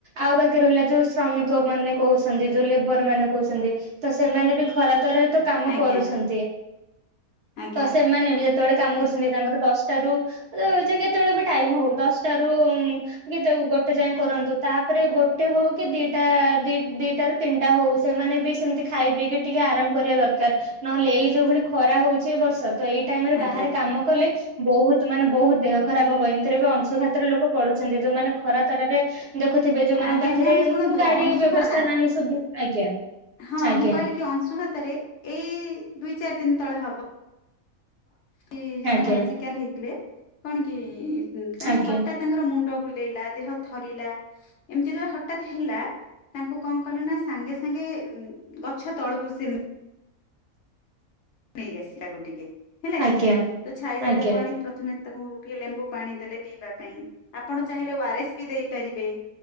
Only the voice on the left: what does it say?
ଆଜ୍ଞା
ଆଜ୍ଞା
ଆଜ୍ଞା
ଆଜ୍ଞା
ଆଜ୍ଞା
ମ୍ୟାମ୍ ଶୁଣନ୍ତୁ
ଅଂଶୁଘାତ
ନା
ହଁ
ମୁଁ କହିଲି କି ଅଂଶୁଘାତରେ ଏଇ ଦୁଇ ଚାରି ଦିନ ତଳେ ହବ କି ଜଣେ
ଶିକାର ହେଇଥିଲେ କଣ କି ତାଙ୍କୁ
ହଠାତ୍ ତାଙ୍କର ମୁଣ୍ଡ ବୁଲେଇଲା ଦେହ ଥରିଲା ଏମିତି ଯେତେବେଳେ ହଠାତ ହେଲା ତାଙ୍କୁ କଣ କଲେ ନା ସାଙ୍ଗେ ସାଙ୍ଗେ ଗଛ ତଳକୁ ସନ ନେଇକି ଆସିଲା କ ଟିକେ ହେଲା
କି ତ ଛାଇ ଜାଗାକୁ
ଆଣି ପ୍ର ଥମେ ତାକୁ ଟିକେ ଲେମ୍ବୁ ପାଣି ଦେଲେ ପିଇବା ପାଇଁ ଆପଣ ଚାହିଁଲେ ଓ ଆରଏସ୍ ବି ଦେଇପାରିବେ